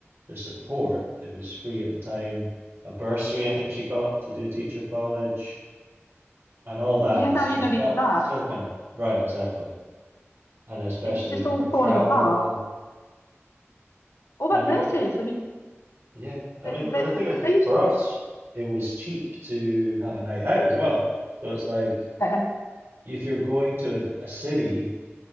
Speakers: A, on the right (about 55°); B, on the left (about 80°).
A: the support, it was free at the time, a bursary I think she got to do teacher college, and all that
B: Yeah,
A: is
B: now
A: just
B: you don't
A: well,
B: even have that.
A: it's still kind of right, exactly, and especially
B: It's just
A: you know
B: all
A: for
B: falling
A: travel
B: apart. What about
A: and
B: nurses?
A: you,
B: I mean,
A: yeah, I
B: they
A: mean the
B: they
A: thing is
B: they used
A: for
B: to
A: us it was cheap to have a night out as well, so it's like
B: care.
A: if you're going to a, a city